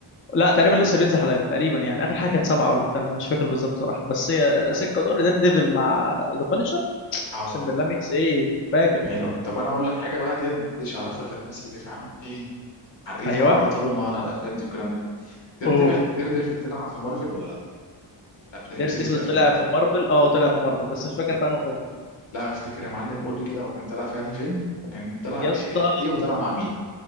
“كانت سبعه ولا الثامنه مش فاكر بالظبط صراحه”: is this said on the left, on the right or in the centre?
Left